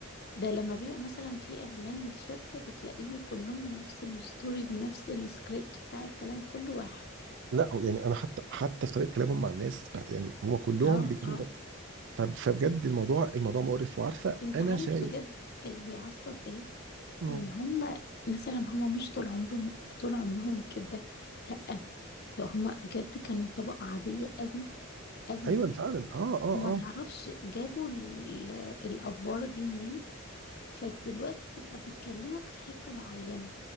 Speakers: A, on the left; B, on the right.
A: ده لما بيبقى مثلا في اعلان لشركه بتلاقيهم كلهم نفس الستوري بنفس السكريبت بتاع الكلام كل واحد
B: لا يعني انا حتى حتى في طريقه كلامهم مع الناس بقى يعني هم كلهم
A: اه
B: بيتكلموا
A: اه
B: ف- فبجد الموضوع الموضوع مقرف وعارفه
A: انت
B: انا
A: عارف
B: شايف
A: بجد اللي بيعصب ايه
B: مم.
A: ان هم مثلا هم مش طول عمرهم طول عمرهم كده لا ده هم بجد كانوا طبقه عاديه قوي قوي
B: ايوه فعلا اه اه
A: وما تعرفش
B: اه
A: جابوا ال- الأفوارة دي منين فدلوقتي تبقى بتكلمك في حتة معينة